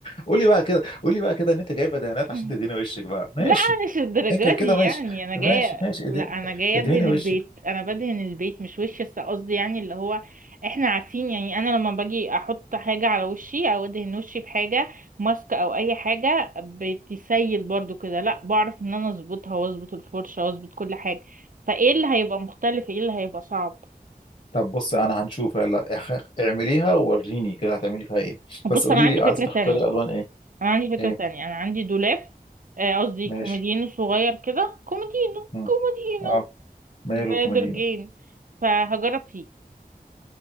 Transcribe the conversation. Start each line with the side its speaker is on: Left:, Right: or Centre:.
Left: قولي بقى كده قولي بقى كده ان انت جايبه دهانات
Right: <laughs>
Left: عشان تدهني وشك بقى ماشي
Right: لا أنا مش الدرجات
Left: انت كده
Right: دي يعني
Left: ماشي
Right: انا
Left: ماشي
Right: جايه
Left: ماشي
Right: لا
Left: اد-
Right: انا جايه
Left: ادهني
Right: ادهن
Left: وشك
Right: البيت انا بدهن البيت مش وشي بس قصدي يعني اللي هو احنا عارفين يعني انا لما باجي احط حاجه على وشي او ادهن وشي بحاجه ماسك او اي حاجه بتسيل برضو كده لا بعرف ان انا اظبطها واظبط الفرشه واظبط كل حاجه فايه اللي هيبقى مختلف ايه اللي هيبقى صعب
Left: طب بص انا هنشوف يلا اخ- اعمليها ووريني كده هتعملي فيها ايه
Right: بص
Left: بس قولي
Right: انا عندي
Left: لي
Right: فكره
Left: عايزه تختاري
Right: تانية
Left: الوان ايه
Right: انا عندي فكره
Left: ايه
Right: تانية انا عندي دولاب آه، قصدي
Left: ماشي
Right: كومودينو صغير كده كومودينو
Left: مم.
Right: كومودينو
Left: اه مايل
Right: بقدر
Left: وكوميدينو
Right: جين فهجرب فيه